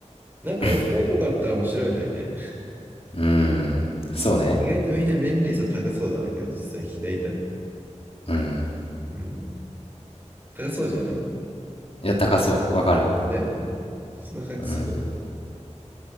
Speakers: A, on the right; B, on the left.
A: なんかオフ会とかあったら面白いのにね。
B: <laughs> うーん、
A: <laughs>
B: そうね。
A: い意外とみんな年齢差高そうだなけど、実際開いたら。
B: うん。
A: うん。高そうじゃない
B: いや、高そう、わかる。
A: だよね。そんな感じする。
B: うん。